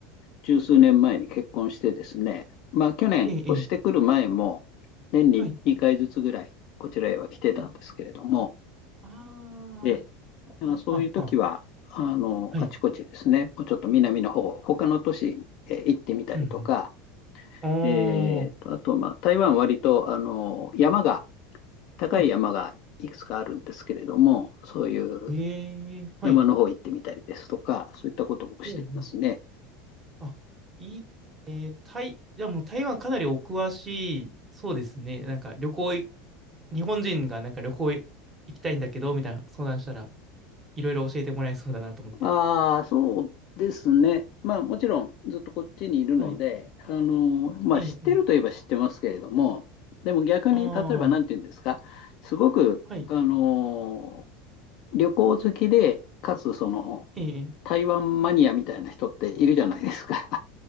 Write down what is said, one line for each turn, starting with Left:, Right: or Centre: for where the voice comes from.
Left: 十数年前に結婚してですね、まあ、去年、
Right: ええ、ええ、
Left: 越してくる前も、年に2回ずつぐらい、
Right: はい。
Left: こちらへは来てたんですけれども、
Right: うん。ああ、
Left: ええ、まあそういう時は、
Right: あ、あ、あ、
Left: あの、
Right: はい。
Left: あちこちですね、もうちょっと南の方、他の都市へ行ってみたりとか、
Right: うん、うん。
Left: えーと、
Right: あ
Left: あと、まあ、台湾割と、あの、山が、高い山がいくつかあるんですけれども、
Right: あ、はい。
Left: そういう
Right: ええ、はい。
Left: 山の方行ってみたりですとか、そういったこともしていますね。
Right: うん、うん。あ、いいね。台、じゃあもう台湾かなりお詳しい、そうですね。なんか旅行い、日本人がなんか旅行い行きたいんだけど、みたいな相談したら、いろいろ教えてもらえそうだなと思って。
Left: ああ、そうですね。まあ、もちろんずっとこっちにいるので、
Right: はい。
Left: あの、まあ、
Right: ええ、
Left: 知ってるといえば知ってますけれども、
Right: ええ。
Left: でも逆に、
Right: あ
Left: 例えば何て言うんですか、
Right: あ、
Left: すごく、
Right: はい。
Left: あの、旅行好きで、かつその、
Right: ええ、ええ。
Left: 台湾マニアみたいな人っているじゃないですか。